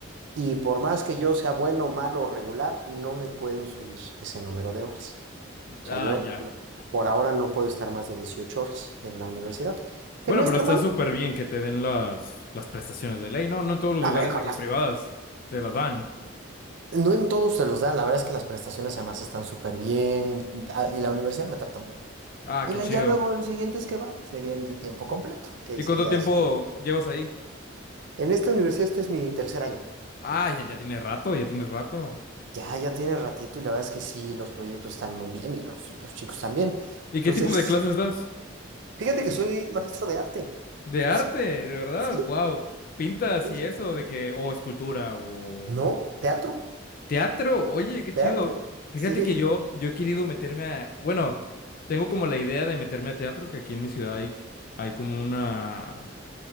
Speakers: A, on the right (about 60°); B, on the left (about 45°).
A: Y por más que yo sea bueno, malo o regular, no me pueden subir ese número de horas. O
B: Ah,
A: sea, yo
B: ya.
A: no- por ahora no puedo estar más de 18 horas en la universidad, que
B: Bueno,
A: no está
B: pero está
A: mal.
B: súper bien que te den las, las prestaciones de ley, ¿no? No en todos los
A: No,
B: lugares
A: hombre, con
B: de que
A: las
B: privadas te las dan.
A: No en todos se los dan, la verdad es que las prestaciones además están súper bien ah, y la universidad me trata muy bien.
B: Ah,
A: Y
B: qué
A: la-
B: chido.
A: ya luego el siguiente es que va, sería el de tiempo completo, que ahí
B: ¿Y
A: sí
B: cuánto
A: ya
B: tiempo
A: es pues,
B: llevas ahí?
A: En esta universidad este es mi tercer año.
B: Ah, ya, ya tienes rato, ya tienes rato.
A: Ya, ya tiene ratito y la verdad es que sí, los proyectos están muy bien y los, y los chicos también.
B: ¿Y
A: Entonces,
B: qué tipo de clases das?
A: fíjate que soy maestro de arte.
B: De
A: Entonces,
B: arte, de verdad,
A: sí,
B: wow. Pintas
A: sí,
B: y
A: sí,
B: eso,
A: sí.
B: de que, o escultura, o
A: No, teatro,
B: teatro, oye, qué chido.
A: teatro,
B: Fíjate
A: sí.
B: que yo, yo he querido meterme a, bueno, tengo como la idea de meterme a teatro, que aquí en mi ciudad hay, hay como una